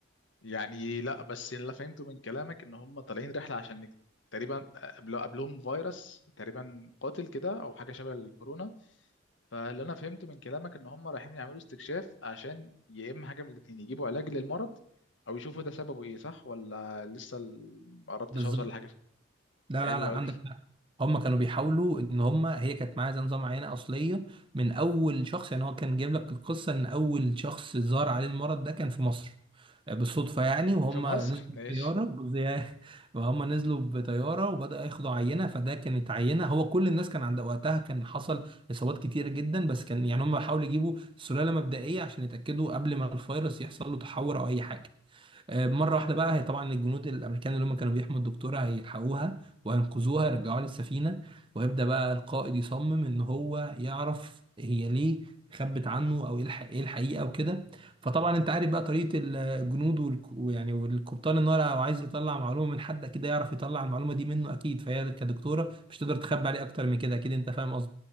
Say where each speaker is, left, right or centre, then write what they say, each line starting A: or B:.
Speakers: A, on the left; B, on the right.
A: يعني لا بس اللي فهمته من كلامك ان هم طالعين رحله عشان يك- تقريبا قبل قبلهم فيروس تقريبا قاتل كده او حاجه شبه الكورونا فاللي انا فهمته من كلامك ان هم رايحين يعملوا استكشاف عشان يا اما حاجه من الاتنين يجيبوا علاج للمرض او يشوفوا ده سببه ايه صح ولا لسه ال- ما قربتش
B: بالظبط
A: اوصل لحاجه
B: لا
A: حلو
B: لا لا
A: قوي
B: عندك حق هم كانوا بيحاولوا ان هم هي كانت معاها زي نظام عينة اصلية من اول شخص يعني هو كان جايب لك القصة ان اول شخص ظهر عليه المرض ده كان في مصر آه، بالصدفة يعني وهم
A: في مصر
B: نزلوا
A: <laughs> ماشي
B: بطيارة بز- <laughs> وهم نزلوا بطيارة وبدأوا ياخدوا عينة فده كانت عينة هو كل الناس كان عند وقتها كان حصل إصابات كتيرة جدا بس كان يعني هم بيحاولوا يجيبوا سلالة مبدئية عشان يتأكدوا قبل ما الفيروس يحصل له تحور أو أي حاجة آه، مرة واحدة بقى هي طبعا الجنود الأمريكان اللي هم كانوا بيحموا الدكتورة هيلحقوها وهينقذوها يرجعوها للسفينة ويبدأ بقى القائد يصمم إن هو يعرف هي ليه خبت عنه أو إيه الح- إيه الحقيقة وكده فطبعا أنت عارف بقى طريقة ال- الجنود والك- ويعني والقبطان إن هو لو عايز يطلع معلومة من حد كده يعرف يطلع المعلومة دي منه أكيد فهي كدكتورة مش تقدر تخبي عليه أكتر من كده أكيد أنت فاهم